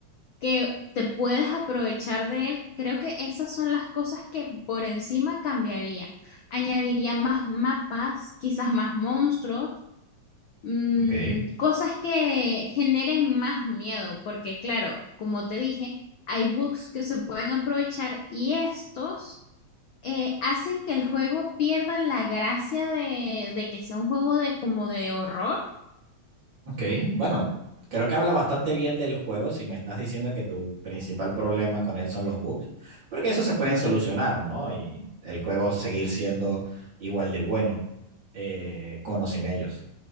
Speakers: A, on the left; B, on the right.
A: que te puedes aprovechar de él. Creo que esas son las cosas que por encima cambiaría. Añadiría más mapas, quizás más monstruos mm,
B: Ok,
A: cosas que generen más miedo, porque claro, como te dije, hay bugs que se pueden aprovechar y estos eh, hacen que el juego pierda la gracia de, de que sea un juego de como de horror.
B: ok. Bueno, creo que habla bastante bien del juego si me estás diciendo que tu principal problema con él son los bugs, porque eso se pueden
A: Ujú,
B: solucionar, ¿no? Y el juego seguir siendo igual de bueno eh, con o sin ellos.